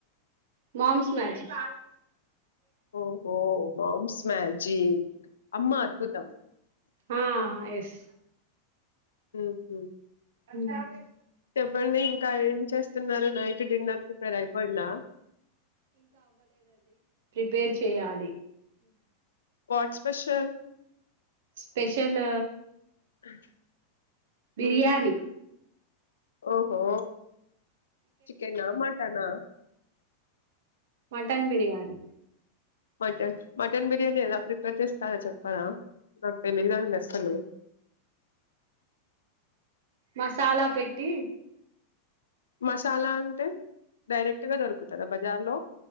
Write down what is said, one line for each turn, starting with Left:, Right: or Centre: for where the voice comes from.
Right: Mom's magic
Left: ఓహో మామ్స్ మ్యాజిక్ అమ్మా అద్భుతం
Right: ఆ ఎస్
Left: ఉహు
Right: <inaudible>
Left: చెప్పండి ఇంకా ఏం చేస్త న్నారు నైట్ డిన్నర్ ప్రిపేర్ అయిపోయిందా
Right: ప్రిపేరు చేయాలి
Left: వాట్ స్పెషల్
Right: స్పెషల్
Left: <inaudible>
Right: బిర్యానీ
Left: ఉమ్ ఓహో చికెన్ ఆ మటనా
Right: mutton biryani
Left: mutton mutton biryani ఎలా ప్రిపేర్ చేస్తారో చెప్పరా నాకు తెలిదండి అసలు
Right: మసాల పెట్టి
Left: మసాల అంటే డైరెక్ట్ గా దొరుకుతద బజార్ లో